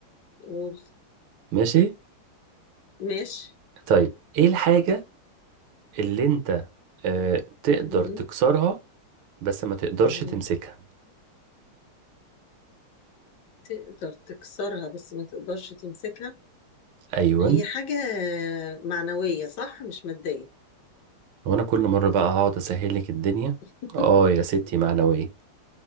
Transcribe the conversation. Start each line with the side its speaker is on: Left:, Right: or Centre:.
Left: قول
Right: ماشي
Left: ماشي
Right: طيب ايه الحاجة اللي انت أه تقدر
Left: مم.
Right: تكسرها بس ما تقدرش
Left: مم.
Right: تمسكها
Left: تقدر تكسرها بس ما تقدرش تمسكها
Right: ايوه
Left: هي حاجة معنوية صح مش مادية
Right: هو انا كل مره بقى هقعد اسهل لك الدنيا
Left: <laughs>
Right: اه يا ستي معنويه